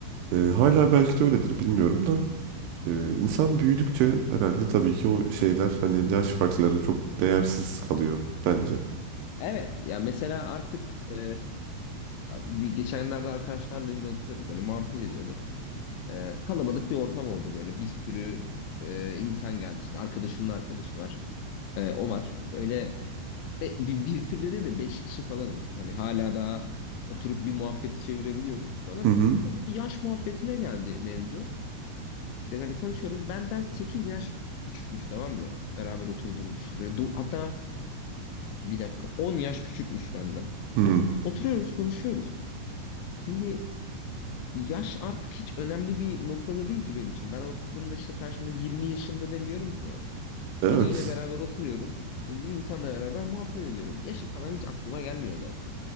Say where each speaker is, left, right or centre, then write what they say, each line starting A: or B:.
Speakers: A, on the right; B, on the left.
A: Ee, hala belki de öyledir bilmiyorum da. Ee, insan büyüdükçe herhalde tabii ki o şeyler hani yaş farkları çok değersiz kalıyor bence.
B: Evet. Ya mesela artık e, bir geçenlerde arkadaşlarla yine oturuyorduk böyle muhabbet ediyorduk. E, kalabalık bir ortam oldu böyle. Bir sürü e, insan geldi. İşte arkadaşımın arkadaşı var. E, o var. Böyle Ve bir, bir sürede de beş kişi falanız. Hani hala daha oturup bir muhabbeti çevirebiliyoruz. Bana
A: Hı hı.
B: böyle bir yaş muhabbetine geldi mevzu. İşte hani konuşuyoruz. Benden 8 yaş küçükmüş tamam mı? Beraber oturduğum kişi. Böyle du- hatta bir dakika 10 yaş küçükmüş benden.
A: Hı.
B: Oturuyoruz konuşuyoruz. Şimdi yaş artık hiç önemli bir noktada değil ki benim için. Ben oturduğumda işte karşımda 20 yaşında demiyorum ki ona.
A: Evet.
B: Biriyle beraber oturuyorum. Bir insanla beraber muhabbet ediyorum. Yaşı falan hiç aklıma gelmiyor zaten.